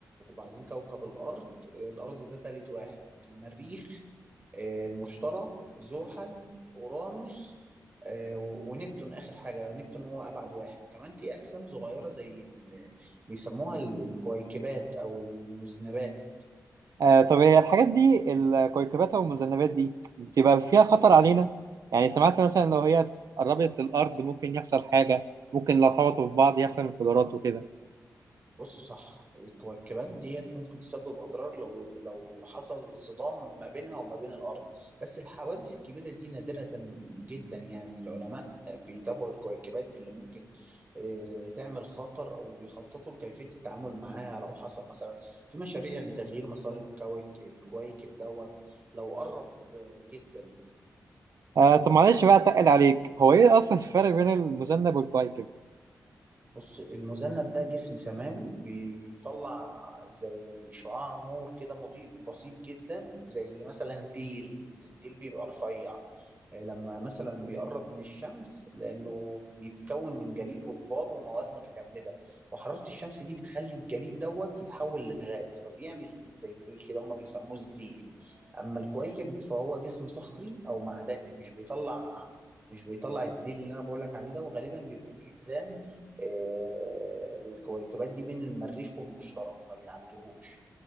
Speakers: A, on the right; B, on the right.
A: وبعدين كوكب الأرض الأرض ده تالت واحد المريخ آه، المشتري زحل أورانوس آه، ونبتون آخر حاجة نبتون هو أبعد واحد كمان في أجسام صغيرة زي ال- بيسموها الكويكبات أو المذنبات
B: آه طب هي الحاجات دي الكويكبات أو المذنبات دي بتبقى فيها خطر علينا يعني سمعت مثلا لو هي قربت الأرض ممكن يحصل حاجة ممكن لو خبطوا في بعض يحصل انفجارات وكده
A: بص صح الكويكبات ديت ممكن تسبب أضرار لو لو حصل صدام ما بينها وما بين الأرض بس الحوادث الكبيرة دي نادرة جدا يعني العلماء بيتابعوا الكويكبات اللي ممكن آه، تعمل خطر أو بيخططوا لكيفية التعامل معاها لو حصل مثلا في مشاريع لتغيير مسار الكويك الكويكب دوت لو قرب آه، جدا
B: آه طب معلش بقى اتقل عليك هو ايه اصلا الفرق بين المذنب والكويكب
A: بص المذنب ده جسم سماوي بيطلع زي شعاع نور كده مضيء بسيط جدا زي مثلا ديل الديل بيبقى رفيع آه، لما مثلا بيقرب من الشمس لأنه بيتكون من جليد وغبار ومواد متجمدة وحرارة الشمس دي بتخلي الجليد دوت يتحول لغاز فبيعمل زي ديل كده هما بيسموه الزيل أما الكويكب فهو جسم صخري أو معدني مش بيطلع مش بيطلع الديل اللي أنا بقولك عليه ده وغالبا بيبقى فيه حزام آه، للكويكبات دي بين المريخ والمشتري ما بيعدوهوش